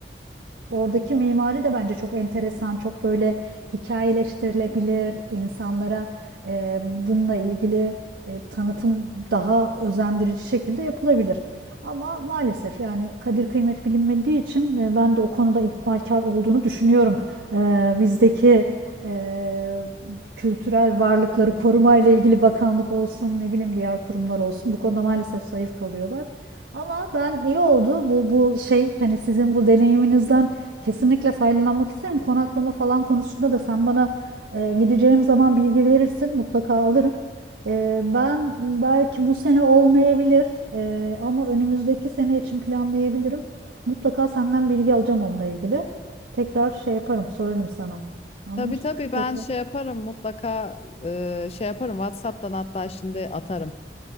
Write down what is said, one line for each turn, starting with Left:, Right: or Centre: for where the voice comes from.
Right: oradaki mimari de bence çok enteresan, çok böyle hikayeleştirilebilir insanlara e, bununla ilgili e, tanıtım daha özendirici şekilde yapılabilir. Ama maalesef yani kadir kıymet bilinmediği için e, ben de o konuda ihmalkar olduğunu düşünüyorum. E, bizdeki e, kültürel varlıkları korumayla ilgili bakanlık olsun, ne bileyim diğer kurumlar olsun bu konuda maalesef zayıf kalıyorlar. Ama ben iyi oldu bu bu şey hani sizin bu deneyiminizden kesinlikle faydalanmak isterim. Konaklama falan konusunda da sen bana e, gideceğim zaman bilgi verirsin mutlaka alırım. E, ben belki bu sene olmayabilir e, ama önümüzdeki sene için planlayabilirim. Mutlaka senden bilgi alacağım onunla ilgili. Tekrar şey yaparım sorarım sana. Anlaştık
Left: Tabii tabii ben
Right: tekrar.
Left: şey yaparım mutlaka e, şey yaparım WhatsApp'tan hatta şimdi atarım.